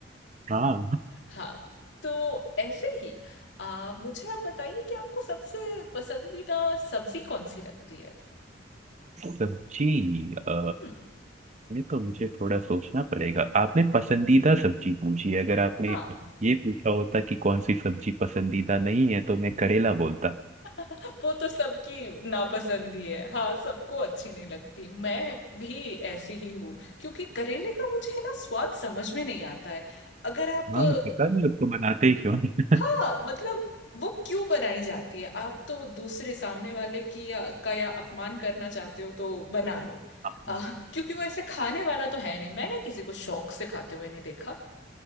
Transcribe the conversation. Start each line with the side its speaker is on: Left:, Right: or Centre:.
Right: हाँ
Left: हाँ तो ऐसे ही आ, मुझे आप बताइए कि आपको सबसे पसंदीदा सब्जी कौन सी लगती है
Right: सब्जी अ,
Left: हम्म
Right: ये तो मुझे थोड़ा सोचना पड़ेगा आपने पसंदीदा सब्जी पूछी है अगर आपने
Left: हाँ
Right: ये पूछा होता कि कौन सी सब्जी पसंदीदा नहीं है तो मैं करेला बोलता
Left: <laughs> वो तो सबकी नापसंद ही है हाँ सबको अच्छी नहीं लगती मैं भी ऐसी ही हूँ क्योंकि करेले का मुझे है ना स्वाद समझ में नहीं आता है अगर आप
Right: हाँ पता नहीं उसको बनाते ही क्यों <laughs>
Left: हाँ मतलब वो क्यों बनाई जाती है आप तो दूसरे सामने वाले की या, का या अपमान करना चाहते हो तो बना लो
Right: हैं।
Left: आ, क्योंकि वो ऐसे खाने वाला तो है नहीं मैंने किसी को शौक से खाते हुए नहीं देखा